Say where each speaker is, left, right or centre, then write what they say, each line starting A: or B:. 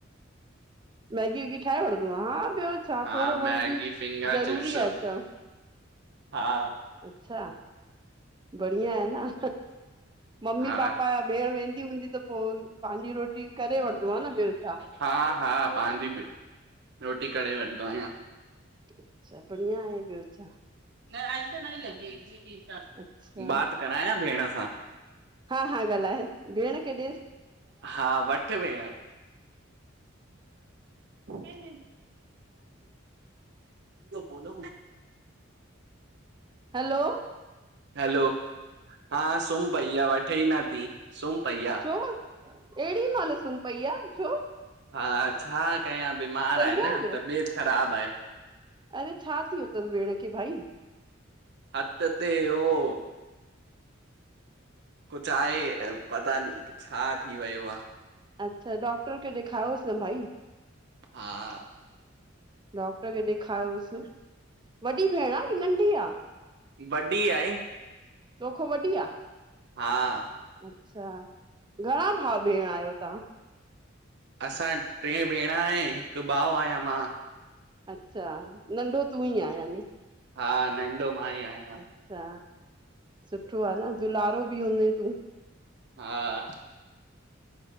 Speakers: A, on the right; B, on the right.
A: मैगी वैगी ठाहे वठंदो आ। हा, ॿियो छा
B: हा
A: थोरो
B: मैगी
A: घणो बि
B: फिंगर
A: ज़रूरी
B: चिप्स
A: आहे अचणु।
B: हा।
A: अच्छा। बढ़िया आहे न मम्मी
B: हा
A: पापा
B: हा
A: या भेण वेंदी हूंदी त पोइ पंहिंजी रोटी करे वठंदो आ, न ॿियो छा।
B: हा हा, पंहिंजी बि रोटी करे वठदो आहियां।
A: अच्छा बढ़िया आहे ॿियो छा।
B: न ले
A: अच्छा
B: ब करायां भेण सां?
A: हा हा ॻाल्हायो। आहे भेण के ॾीस
B: हा वठ भेण। न न उथ
A: हलो
B: हलो, हा सुम पइया व ठह ई न थी। सुम पइहया।
A: छो? अहिड़ी महिल सुम पई आहे छो?
B: हा छा कयां बीमार
A: संझा
B: आहे न,
A: जो
B: तबियत ख़राबु आहे।
A: अरे छा थियो अथसि भेण खे भाई?
B: हथ ते हो, कुझ आहे पता न छा थी वियो आ?
A: अच्छा। डॉक्टर खे दिखाओस न भाई।
B: हा।
A: डॉक्टर खे ॾेखारियोसि। वॾी भेण आहे की नंढी आ?
B: वॾी आहे।
A: तोखो वॾी आ?
B: हा।
A: अच्छा। घणा भाव भेण आहियो तव्हां?
B: असां टे भेण आय, हिकु भाऊ आहियां मां।
A: अच्छा, नंढो तूं ई आहे यानी।
B: हा नंढो मां ई आयां।
A: अच्छा। सुठो आहे न दुलारो बि हूंदे तूं?
B: हा।